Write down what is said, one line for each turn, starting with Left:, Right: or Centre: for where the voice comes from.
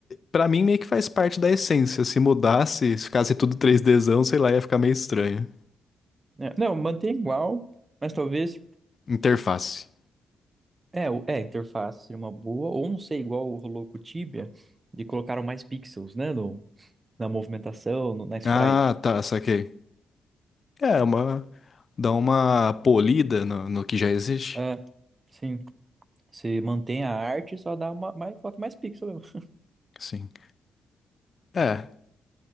Left: para mim, meio que faz parte da essência. Se mudasse, se ficasse tudo 3Dzão, sei lá, ia ficar meio estranho.
Right: É, não, mantém igual, mas talvez.
Left: Interface.
Right: É, o- é, a interface seria uma boa, ou não sei, igual rolou com o Tibia, de colocaram mais pixels, né, no, na movimentação, no- na sprite.
Left: Ah, tá, saquei. É, uma, dá uma polida no, no que já existe.
Right: É, sim, você mantém a arte, só dá uma, mais, coloca mais pixel mesmo.
Left: Sim. É,